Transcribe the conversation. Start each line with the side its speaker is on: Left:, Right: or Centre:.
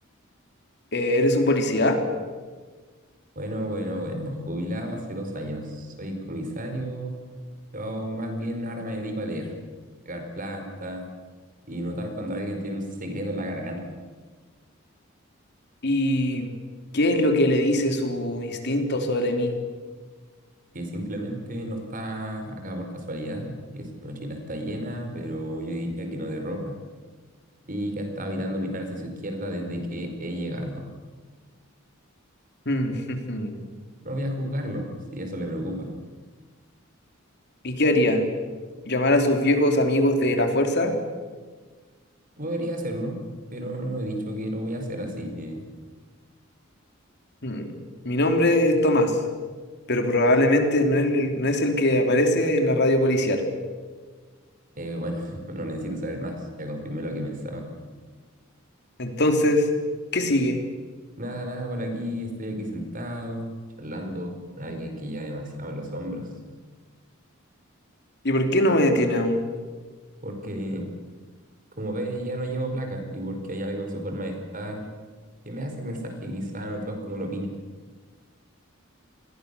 Left: Eh, ¿eres un policía?
Right: Bueno, bueno, bueno, jubilado hace dos años, soy comisario. Yo más bien ahora me dedico a leer, pegar planta y notar cuando alguien tiene un secreto en la garganta.
Left: ¿Y qué es lo que le dice su instinto sobre mí?
Right: que simplemente no está acá por casualidad, que su mochila está llena, pero yo diría que no de ropa, y que está evitando mirar hacia su izquierda desde que he llegado.
Left: Mm,
Right: No voy a juzgarlo, si eso le preocupa.
Left: <laughs> ¿Y qué haría? ¿Llamar a sus viejos amigos de la fuerza?
Right: Podría hacerlo, pero no he dicho que lo voy a hacer, así que,
Left: Mm, Mi nombre es Tomás. pero probablemente no es el, no es el que aparece en la radio policial.
Right: eh, bueno, <laughs> no necesito saber más, ya confirmé lo que pensaba.
Left: Entonces, ¿qué sigue?
Right: Nada, nada, por aquí estoy aquí sentado, charlando con alguien que lleva demasiado en los hombros,
Left: ¿Y por qué no me detiene aún?
Right: porque Como ve, ya no llevo placa y porque hay algo en su forma de estar que me hace pensar que quizá no todo es como lo pintan.